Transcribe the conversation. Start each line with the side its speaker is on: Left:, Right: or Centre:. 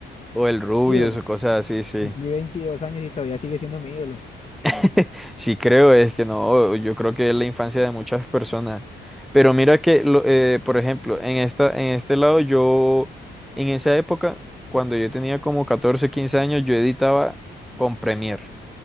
Centre: o el rubio
Left: ídolo.
Centre: o cosas así, sí.
Left: Cumplí 22 años y todavía sigue siendo mi ídolo.
Centre: <laughs> Sí creo, es que no, yo creo que es la infancia de muchas personas. Pero mira que, lo- eh, por ejemplo, en esta, en este lado yo, en esa época, cuando yo tenía como 14 15 años, yo editaba con Premiere.